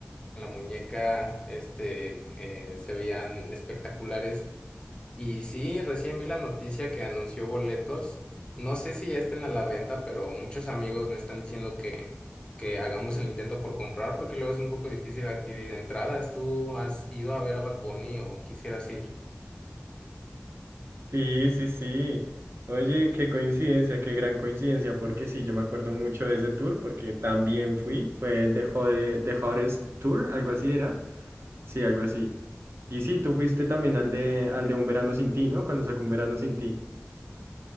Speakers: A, on the left (about 20°); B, on the right (about 60°).
A: en la muñeca, este, eh, se veían espectaculares. Y sí, recién vi la noticia que anunció boletos. No sé si ya estén a la venta, pero muchos amigos me están diciendo que, que hagamos el intento por comprar porque luego es un poco difícil adquirir entradas. ¿Tú has ido a ver a Bad Bunny o quisieras ir?
B: Sí, sí, sí. Oye, qué coincidencia, qué gran coincidencia, porque sí, yo me acuerdo mucho de ese tour, porque también fui, fue The Hot- The Hottest Tour, algo así era. Sí, algo así. Y sí, tú fuiste también al de, al de Un Verano Sin Ti, ¿no? Cuando sacó Un Verano Sin Ti.